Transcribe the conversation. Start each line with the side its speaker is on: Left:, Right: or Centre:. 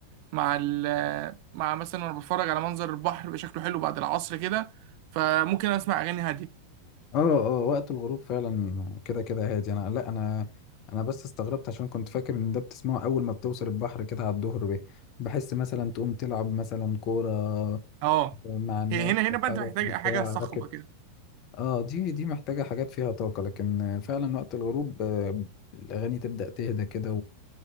Right: مع ال مع مثلا وانا بتفرج على منظر البحر بيبقى شكله حلو بعد العصر كده فممكن اسمع اغاني هاديه
Left: اه اه وقت الغروب فعلا كده كده هادي انا لا انا انا بس استغربت عشان كنت فاكر ان ده بتسمعه اول ما بتوصل البحر كده على الظهر بيه بحس مثلا تقوم تلعب مثلا كوره
Right: اه
Left: مع الناس
Right: هي- هنا هنا
Left: صحابك
Right: بقى انت محتاج
Left: بتاع
Right: حاجه صخبه
Left: راكت
Right: كده
Left: اه دي دي محتاجة حاجات فيها طاقة لكن فعلا وقت الغروب آه، الأغاني تبدأ تهدى كده